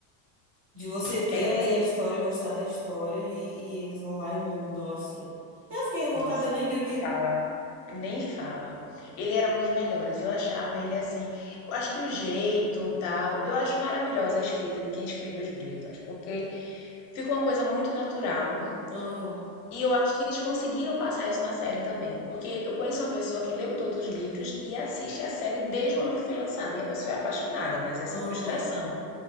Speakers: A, on the right (about 25°); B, on the left (about 50°).
A: de você ter
B: Era
A: ali
B: o. pe-
A: a história, gostar da história e, e eles vão lá e mudam, assim. Eu fiquei revoltada,
B: Nossa,
A: eu nem li
B: nem
A: o livro.
B: fala. Nem fala. Ele era um dos melhores. Eu achava ele assim. Eu acho que o jeito, tal. Eu acho maravilhosa a escrita de quem escreveu os Bridgertons, porque fica uma coisa muito natural.
A: Aham,
B: E eu acho que eles conseguiram passar isso na série também, porque eu conheço uma pessoa que leu todos os livros e assiste a série desde o momento que foi lançada, e a pessoa é apaixonada, mas essa
A: aham.
B: frustração